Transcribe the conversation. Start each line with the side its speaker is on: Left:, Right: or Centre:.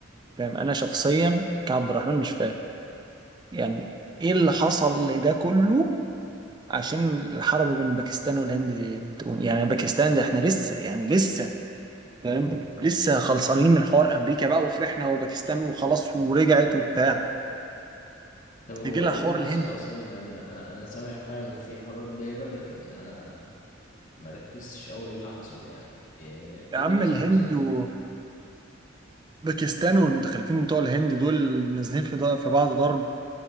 Right: فاهم انا شخصيا كعبد الرحمن مش فاهم يعني ايه اللي حصل لده كله عشان الحرب بين باكستان والهند تقوم يعني باكستان ده احنا لسه يعني لسه فاهم لسه خلصانين من حوار امريكا بقى وفرحنا وباكستان وخلاص ورجعت وبتاع
Left: طب هو
Right: يجي لها
Left: ايه
Right: حوار
Left: اللي
Right: الهند
Left: حصل اصلا لان انا انا سامع فعلا ان في حوارات دايره ولكن انا ما ركزتش قوي ايه اللي حصل يعني ايه ايه
Right: يا عم
Left: اللي حصل
Right: الهند
Left: بالظبط
Right: و...
Left: بينهم
Right: باكستان والمتخلفين بتوع الهند دول نازلين في ض- في بعض ضرب